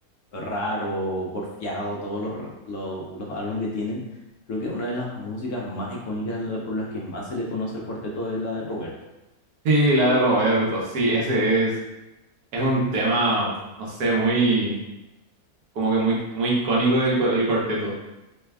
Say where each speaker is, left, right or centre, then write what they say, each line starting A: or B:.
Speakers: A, on the left; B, on the right.
A: Raro, Porfiado, todos los, r- lo- los, álbumes que tienen. Creo que una de las músicas más icónicas la- por las que más se le conoce al cuarteto es la de Roberto.
B: Sí, la de Roberto, sí, ese es. es un tema, no sé, muy, como que muy, muy icónico del, cu- del cuarteto.